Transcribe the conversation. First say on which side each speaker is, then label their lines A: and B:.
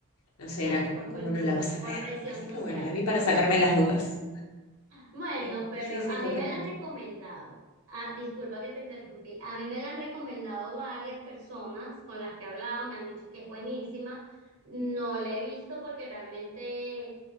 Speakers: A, on the left; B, on the right.
A: no sé,
B: Claro,
A: era como,
B: por
A: ¿cómo
B: cultura,
A: no la vas a
B: por
A: ver?
B: presión
A: Así
B: social.
A: que bueno, la vi
B: <laughs>
A: para sacarme las dudas.
B: Bueno,
A: Eh,
B: pero
A: Sí, sí,
B: a
A: totalmente.
B: mí me la han recomendado. Ah, disculpa que te interrumpí. A mí me la han recomendado varias personas con las que he hablado, me han dicho que es buenísima. No la he visto porque realmente